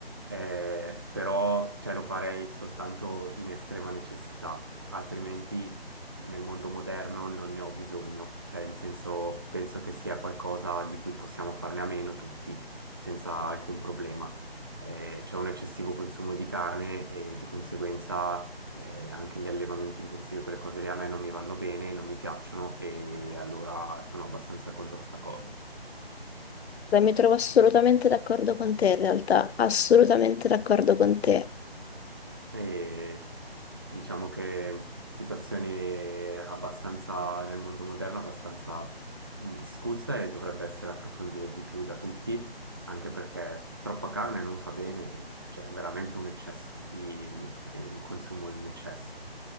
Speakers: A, on the right; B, on the left.
A: Eh, però cioè, lo farei soltanto in estrema necessità, altrimenti nel mondo moderno non ne ho bisogno, cioè in senso penso che sia qualcosa di cui possiamo farne a meno tutti, senza alcun problema. Eh, c'è un eccessivo consumo di carne e di conseguenza eh, anche gli allevamenti intensivi, quelle cose lì a me non mi vanno bene, non mi piacciono e allora sono abbastanza contro sta cosa.
B: mi trovo assolutamente d'accordo con te in realtà, assolutamente d'accordo con te.
A: E diciamo che situazione abbastanza nel mondo moderno, abbastanza discussa e dovrebbe essere approfondita di più da tutti, anche perché troppa carne non fa bene, cioè è veramente un eccesso di eh, un consumo in eccesso.